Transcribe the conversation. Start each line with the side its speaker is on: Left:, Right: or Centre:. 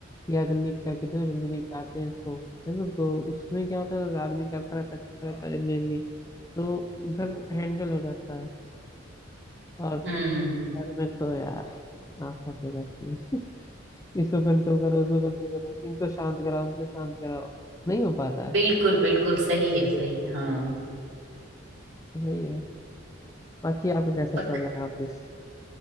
Left: या जल्दी करके दो जल्दी निपटाते हैं इसको है ना तो उसमें क्या होता है आदमी करता रहता करता रहता जल्दी जल्दी तो उधर हैंडल हो जाता है और
Right: हम्म
Left: घर में तो यार नाफत हो जाती है इसको कंट्रोल करो इसको कंट्रोल करो इनको शांत कराओ उनको शांत कराओ नहीं हो पाता है
Right: बिल्कुल बिल्कुल सही है सही हाँ
Left: वही है बाकी आपका कैसा
Right: पक,
Left: चल रहा है ऑफिस